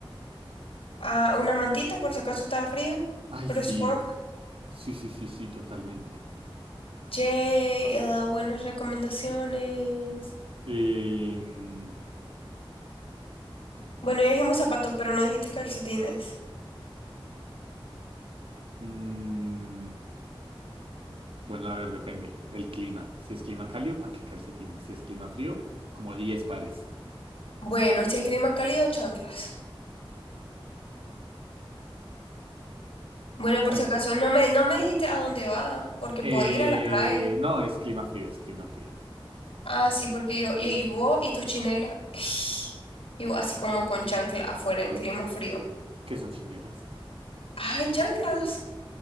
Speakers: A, on the left; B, on the right.
A: Ah, una mantita por si acaso está frío,
B: Ay,
A: pero
B: sí,
A: supongo que...
B: sí, sí, sí, sí, totalmente.
A: Che, he dado buenas recomendaciones.
B: Em,
A: Bueno, ya dijimos zapatos, pero no dijiste calcetines.
B: mm, bueno, a ver, depende. El clima. Si es clima cálido, ¿para qué calcetines? Si es clima frío, como diez pares.
A: Bueno, si es clima cálido, chanclas. Bueno,
B: Chanqui.
A: por si acaso, no me, no me dijiste a dónde va, porque
B: Eh,
A: puedo ir a la playa.
B: no, es clima frío, es clima frío.
A: Ah, sí, porque yo, y, y vos y tu chinela, <laughs> y vos así como con chancla afuera en clima frío.
B: ¿Qué son chineras?
A: Ay, chanclas,